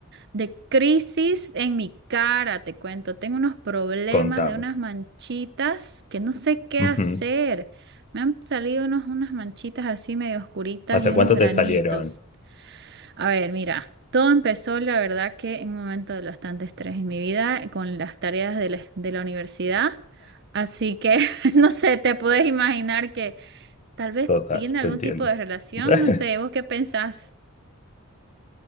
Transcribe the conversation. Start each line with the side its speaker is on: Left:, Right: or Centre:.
Right: de crisis en mi cara, te cuento, tengo unos problemas
Left: Contame.
Right: de unas manchitas que no sé qué
Left: Ujú.
Right: hacer. Me han salido unos, unas manchitas así medio oscuritas
Left: ¿Hace
Right: y
Left: cuánto
Right: unos granitos.
Left: te salieron?
Right: A ver, mira, todo empezó, la verdad, que en un momento de bastante estrés en mi vida, con las tareas de la, de la universidad. Así que, <laughs> no sé, te puedes imaginar que tal
Left: <laughs>
Right: vez
Left: total,
Right: tiene algún
Left: te entiendo.
Right: tipo de relación.
Left: <laughs>
Right: No sé, ¿vos qué pensás?